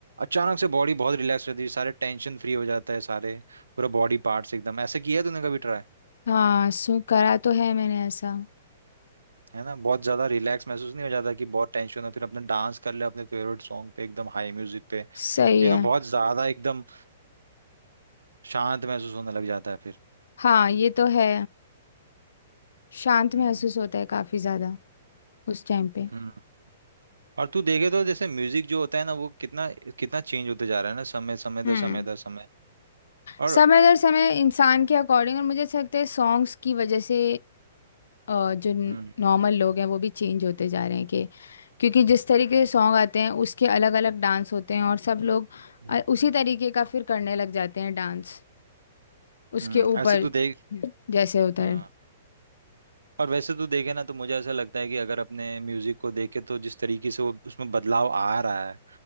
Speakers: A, on the right; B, on the left.
A: अचानक से बॉडी बहुत रिलैक्स रहती है सारे टेंशन फ्री हो जाता है सारे पूरा बॉडी पार्ट्स एकदम ऐसे किया है तूने कभी ट्राई
B: हाँ सु करा तो है मैंने ऐसा
A: है ना बहुत ज़्यादा रिलैक्स महसूस नहीं हो जाता कि बहुत टेंशन हो फिर अपने डांस कर ले अपने फेवरेट सॉन्ग पे एकदम हाई म्यूजिक पे
B: सही
A: यू
B: है
A: नो बहुत ज़्यादा एकदम शांत महसूस होने लग जाता है फिर
B: हाँ ये तो है शांत महसूस
A: हम्म
B: होता है काफ़ी ज़्यादा उस टाइम पे
A: हम्म और तू देखे तो जैसे म्यूजिक जो होता है ना वो कितना कितना चेंज होते जा रहा है ना समय समय दर
B: हम्म
A: समय दर समय और
B: समय दर समय इंसान के अकॉर्डिंग और मुझे ऐसा लगता है सॉन्ग्स की वजह से अ, जो
A: हम्म
B: नॉर्मल लोग हैं वो भी चेंज होते जा रहे हैं कि क्योंकि जिस तरीके के सॉन्ग आते हैं उसके अलग अलग डांस होते हैं और सब लोग
A: हम्म
B: अ, उसी
A: हम्म
B: तरीके का फिर करने लग जाते हैं डांस उसके
A: हम्म,
B: ऊपर
A: ऐसे तू देख
B: जैसे होता
A: हाँ
B: है
A: और वैसे तू देखे ना तो मुझे ऐसा लगता है कि अगर अपने म्यूजिक को देखे तो जिस तरीके से वो उसमें बदलाव आ रहा है